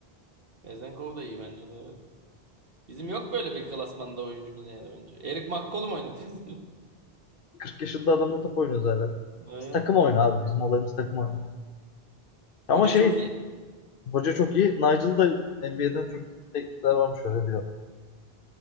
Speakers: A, on the right; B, on the left.
A: Vezenkov da iyi bence de evet. Bizim yok böyle bir klasmanda oyuncumuz yani bence. Eric McCollum oynatıyorsun.
B: 40 yaşında adamla top oynuyoruz hala.
A: <laughs> Aynen.
B: Biz takım oyunu abi. Bizim olayımız takım oyunu. Ama
A: Hoca
B: şey
A: çok iyi.
B: hoca çok iyi. Nigel da NBA'den çok iyi teklifler varmış öyle diyor